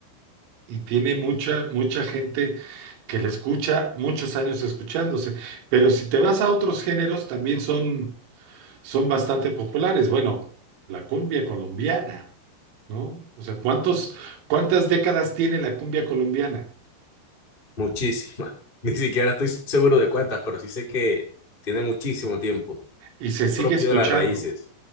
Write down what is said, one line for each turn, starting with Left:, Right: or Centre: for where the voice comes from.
Right: Y tiene mucha, mucha gente que la escucha muchos años escuchándose. Pero si te vas a otros géneros, también son, son bastante populares. Bueno, la cumbia colombiana, ¿no? O sea, ¿cuántos, cuántas décadas tiene la cumbia colombiana?
Left: Muchísimas. <laughs> Ni siquiera estoy seguro de cuántas, pero sí sé que tiene muchísimo tiempo.
Right: Y se
Left: Es
Right: sigue
Left: propio
Right: escuchando,
Left: de las raíces.